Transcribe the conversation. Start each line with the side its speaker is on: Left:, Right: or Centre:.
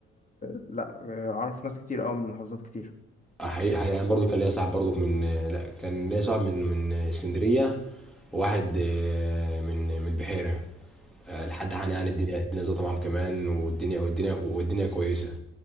Left: لا آه، اعرف ناس كتير اوي من محافظات كتير
Centre: آه، حقيقي حقيقي انا برضو كان ليا صاحب برضو من لا كان ليا صاحب من من اسكندريه وواحد آه، من من البحيره آه، لحد عن يعني الدنيا الدنيا ظبطت معاهم كمان والدنيا والدنيا والدنيا كويسه